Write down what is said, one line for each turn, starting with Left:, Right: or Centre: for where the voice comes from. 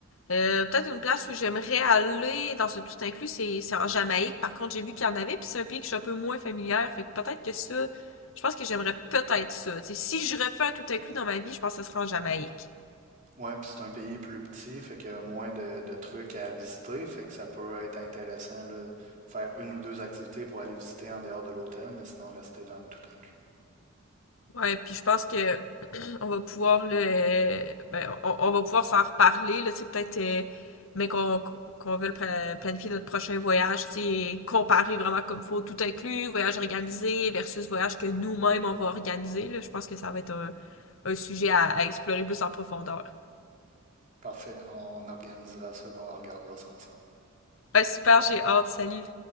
Left: Euh, peut-être une place où j'aimerais aller dans ce tout inclus, c'est, c'est en Jamaïque. Par contre, j'ai vu qu'il y en avait, puis c'est un pays que je suis un peu moins familière. Fait que peut-être que ça, je pense que j'aimerais peut-être ça. T'sais, si je refais un tout inclus dans ma vie, je pense que ce serait en Jamaïque.
Right: Ouais, puis c'est un pays plus petit, fait qu'il y a moins de, de trucs à visiter. Fait que ça peut être intéressant là, faire une ou deux activités pour aller visiter en dehors de l'hôtel, mais sinon rester dans le tout inclus.
Left: Ouais, puis je pense que On va pouvoir le, ben, on, on va pouvoir s'en reparler là, tu sais, peut-être, euh, mais qu'on qu'on veut planifier notre prochain voyage, tu sais, comparer vraiment comme faut, tout inclus, voyage organisé versus voyage que nous-mêmes on va organiser. Là, je pense que ça va être un, un sujet à, à explorer plus en profondeur.
Right: Parfait, on organisera ça puis on regardera ça ensemble.
Left: Ben, super, j'ai hâte. Salut.